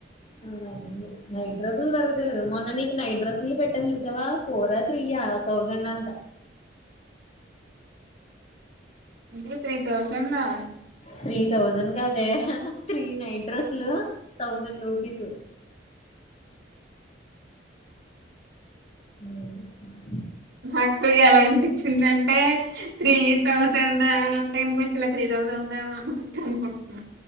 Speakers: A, on the left; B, on the right.
A: అవును అండి నైట్ డ్రస్సులు దొరుగుతలేదు మొన్నా నీ ఈ నైట్ డ్రస్సులుది పెట్టాను చూసావా ఫోరా త్రీయా థౌజండ్ అంట
B: ఎంటీ త్రీ తౌసండ్ ఆ
A: త్రీ థౌజండ్ కాదే త్రీ నైట్ డ్రెస్లు థౌజండ్ రూపీసు హ్మ్
B: నాకు ఎలా వినిపించిందంటే త్రీ థౌజండ్ అన్నటే ఇనిపిచలా త్రీ థౌజండ్ ఉందెమో అని అన్నటు అనుకుంటున్నా